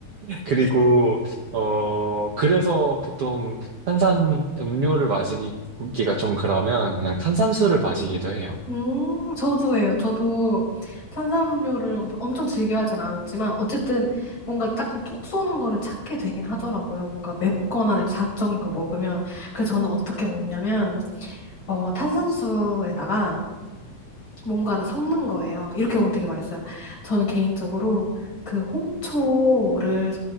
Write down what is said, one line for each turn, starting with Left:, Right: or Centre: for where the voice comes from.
Right: 그리고, 어, 그래서 보통 탄산 음료를 마시기가 좀 그러면 그냥 탄산수를 마시기도 해요.
Left: 음, 저도예요. 저도 탄산음료를 엄청 즐겨 하진 않았지만 어쨌든 뭔가 조금 톡 쏘는 거를 찾게 되긴 하더라고요. 뭔가 맵거나 자극적인 걸 먹으면 그 저는 어떻게 먹냐면 어 탄산수에다가 뭔가를 섞는 거예요. 이렇게 보면 되게 맛있어요. 저는 개인적으로 그 홍초를